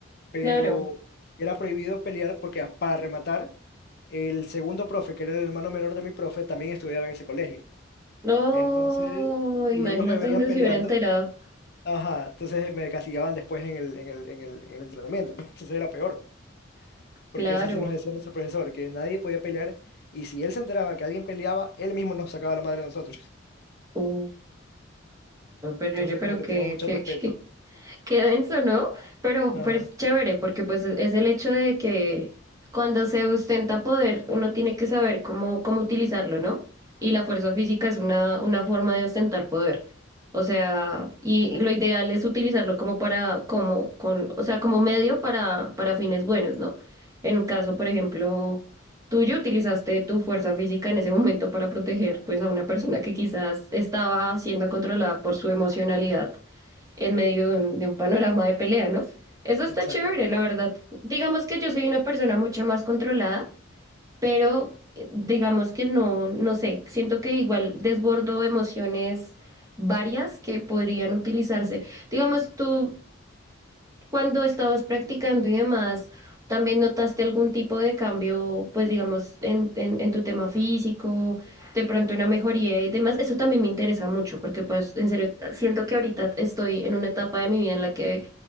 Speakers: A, on the left; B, on the right.
A: pero
B: claro.
A: era prohibido pelear porque a- para rematar, el segundo profe, que era el hermano menor de mi profe, también estudiaba en ese colegio.
B: No,
A: Entonces, si
B: imagínate
A: ellos me veían
B: donde
A: peleando,
B: se hubiera enterado.
A: ajá, entonces me castigaban después en el, en el, en el, en el entrenamiento, <laughs> pues entonces era peor. Porque
B: Claro.
A: eso sí nos decía nuestro profesor, que nadie podía pelear, y si él se enteraba que alguien peleaba, él mismo nos sacaba la madre a nosotros. <laughs>
B: Uh, no, pero
A: Entonces
B: oye, pero
A: como que
B: qué,
A: tenemos mucho
B: qué,
A: respeto.
B: qué, Qué denso, ¿no? Pero,
A: Ajá,
B: pero es chévere porque pues es es el hecho de que cuando se ostenta poder uno tiene que saber cómo, cómo utilizarlo, ¿no? Y la fuerza física es una, una forma de ostentar poder. O sea, y lo ideal es utilizarlo como para, como, con, o sea, como medio para, para fines buenos, ¿no? En caso, por ejemplo, tuyo, utilizaste tu fuerza física en ese momento para proteger pues a una persona que quizás estaba siendo controlada por su emocionalidad en medio de un, de un panorama de pelea, ¿no? Eso está
A: exactamente.
B: chévere, la verdad. Digamos que yo soy una persona mucho más controlada, pero eh, digamos que no, no sé, siento que igual desbordo emociones varias que podrían utilizarse. Digamos, tú cuando estabas practicando y demás, ¿también notaste algún tipo de cambio, pues digamos, en, en, en tu tema físico, de pronto una mejoría y demás? Eso también me interesa mucho porque pues en serio, siento que ahorita estoy en una etapa de mi vida en la que